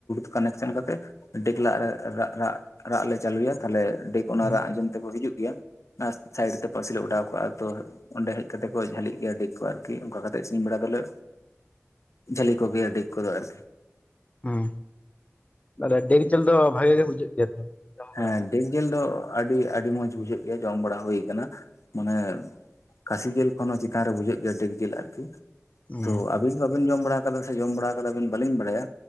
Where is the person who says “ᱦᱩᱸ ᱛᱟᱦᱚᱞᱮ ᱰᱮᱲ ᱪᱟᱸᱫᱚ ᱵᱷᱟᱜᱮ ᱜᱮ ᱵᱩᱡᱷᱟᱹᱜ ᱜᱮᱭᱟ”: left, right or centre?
Left